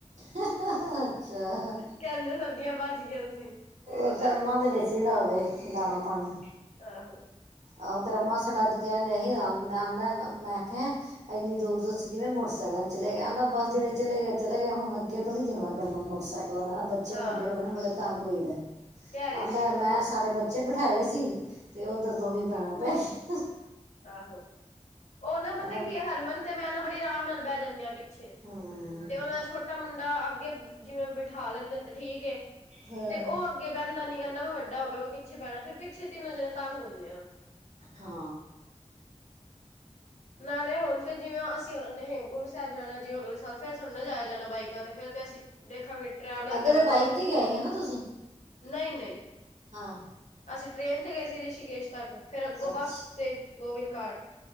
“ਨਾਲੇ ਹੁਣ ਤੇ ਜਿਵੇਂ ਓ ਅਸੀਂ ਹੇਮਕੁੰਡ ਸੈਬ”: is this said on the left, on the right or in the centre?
Left